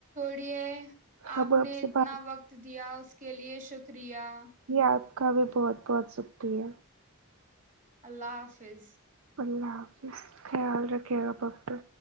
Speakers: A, on the right; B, on the right.
A: اڑیے
B: ہم
A: آپ نے
B: سے
A: اتنا
B: بات
A: وقت دیا اس کے لیے شکر <unintelligible>
B: یار کا بھی بہت بہت شکریہ
A: اللہ حافظ
B: اللہ حافظ خیال رکھے گا آپ اپنا